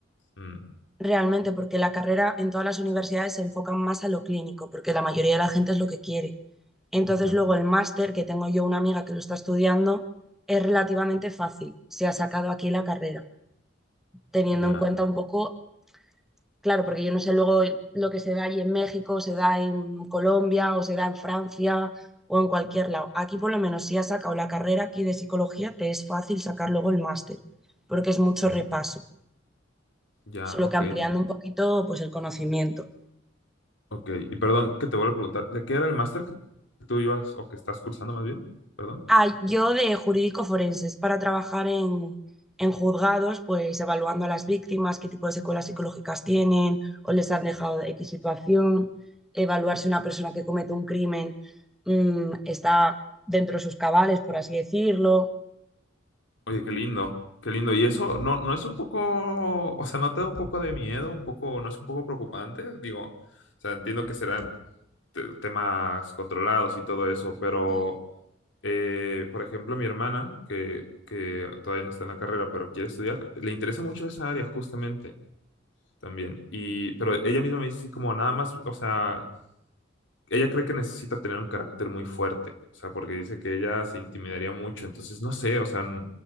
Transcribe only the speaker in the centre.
realmente, porque la carrera en todas las universidades se enfoca más a lo clínico, porque la mayoría de la gente es lo que quiere. Entonces,
luego el máster, que tengo yo una amiga que lo está estudiando, es relativamente fácil. Se ha sacado aquí la carrera, teniendo
en cuenta un poco, claro, porque yo no sé luego lo que se da allí en México, se da en Colombia o se da en Francia o en cualquier lado. Aquí por lo menos si has sacado la carrera aquí de psicología, te es fácil sacar luego el máster, porque es mucho
repaso,
solo
que ampliando un poquito pues el conocimiento.
Ah, yo de jurídico forenses, para trabajar en, en juzgados, pues evaluando a las víctimas, qué tipo de secuelas psicológicas tienen o les han dejado X situación, evaluar si una persona que comete un crimen mm, está dentro de sus cabales, por así decirlo.
Sí,
sí.